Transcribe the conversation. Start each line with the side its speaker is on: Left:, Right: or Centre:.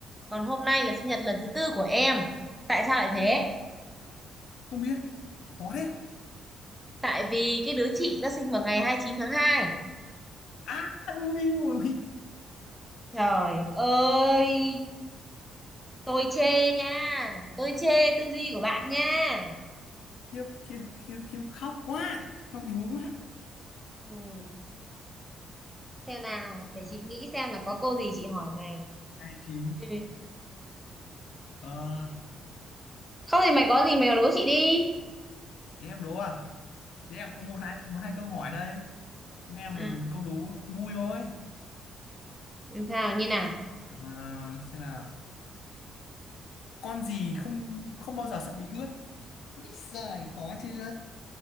Centre: còn hôm nay là sinh nhật lần thứ tư của em tại sao lại thế
Left: không biết khó thế
Centre: tại vì cái đứa chị nó sinh vào ngày 29 tháng hai.
Left: à ui ôi
Centre: trời ơi tôi chê nha tôi chê tư duy của bạn nha
Left: khiếp khiếp khiếp khiếp khóc quá khóc búa quá
Centre: ừ, xem nào để chị nghĩ xem là có câu gì chị hỏi mày
Left: hai chín
Centre: ừ.
Left: ờ
Centre: không thì mày có gì mày đố chị đi
Left: thế em đố à thế em có một hai một hai câu hỏi đây mấy em
Centre: ừ.
Left: là câu đố cũng vui thôi
Centre: sao như nào
Left: à, xem nào con gì không không bao giờ sợ bị ướt Úi giời khó chưa